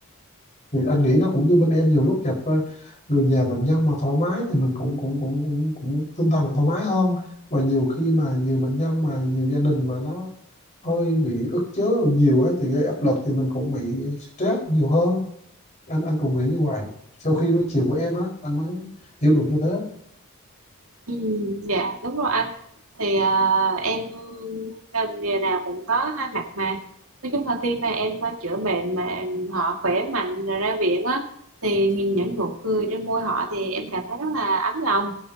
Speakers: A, on the left; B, on the right.
A: thì anh nghĩ nó cũng như bên em nhiều lúc gặp ờ, người nhà bệnh nhân mà thoải mái thì mình cũng cũng cũng cũng, cũng tinh thần thoải mái hơn và nhiều khi mà nhiều bệnh nhân mà nhiều gia đình mà nó hơi bị ức chế nhiều á thì gây áp lực thì mình cũng bị stress nhiều hơn anh anh cũng nghĩ như vậy sau khi nói chuyện với em á anh mới hiểu được như thế
B: Ừ, dạ đúng rồi anh thì à, em ngành nghề nào cũng có hai mặt mà nói chung là khi mà em à, chữa bệnh mà họ khỏe mạnh rồi ra viện á thì nhìn những nụ cười trên môi họ thì em cảm thấy rất là ấm lòng